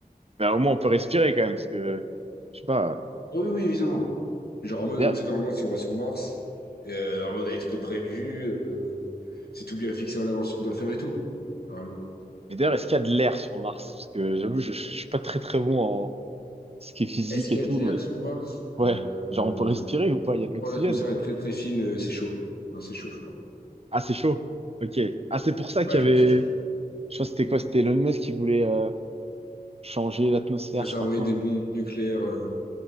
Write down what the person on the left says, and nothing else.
Oui, oui, évidemment. Genre en mode,
tu sais, normalement si on va sur Mars, euh, normalement on a des trucs de prévus, euh, c'est tout bien fixé à l'avance ce qu'on doit faire et tout. Normalement.
Est-ce qu'il
y
a de l'air
sur Mars?
Euh...
Oh, l'atmosphère est très très fine, euh, c'est chaud. Non, c'est chaud, je crois.
Ouais,
je
crois que c'est chaud.
Ouais, ça
a
envoyé
des bombes nucléaires euh,